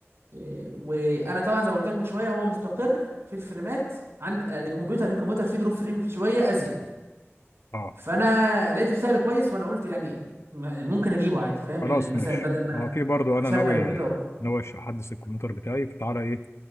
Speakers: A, on the right; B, on the left.
A: آه، وانا طبعا زي ما قلت لك من شويه هو مستقر في الفريمات عن آه، الكمبيوتر لأن الكمبيوتر فيه دروب فريم شويه ازيد
B: اه
A: فانا لقيته سعر كويس وانا قلت يعني م- ممكن اجيبه عادي فاهم
B: خلاص
A: يعني مثلا
B: ماشي
A: بدل ما
B: اه في برضه انا
A: اشغل
B: ناوي
A: وكده
B: ناوي احدث الكمبيوتر بتاعي فتعالى ايه